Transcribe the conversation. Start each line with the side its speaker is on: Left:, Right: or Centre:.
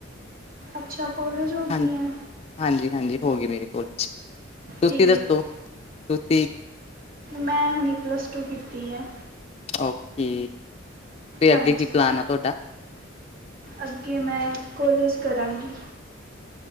Right: ਅੱਛਾ ਕੋਲੇਜ ਹੋਗੀ
Left: ਹਾਂਜੀ
Right: ਐ।
Left: ਹਾਂਜੀ ਹਾਂਜੀ ਹੋ ਗਈ ਮੇਰੇ ਕੋਲੇਜ ਤੁਸੀ
Right: ਠੀਕ
Left: ਦੱਸੋ ਤੁਸੀ
Right: ਮੈਂ ਹੁਣੇ ਪਲਸ ਟੂ ਕੀਤੀ ਐ।
Left: ਓਕੇ ਤੇ
Right: ਹਾਂਜੀ
Left: ਅੱਗੇ ਕੀ ਪਲਾਨ ਆ ਤੁਹਾਡਾ?
Right: ਅੱਗੇ ਮੈਂ ਕੋਲੇਜ ਕਰਾਂਗੀ।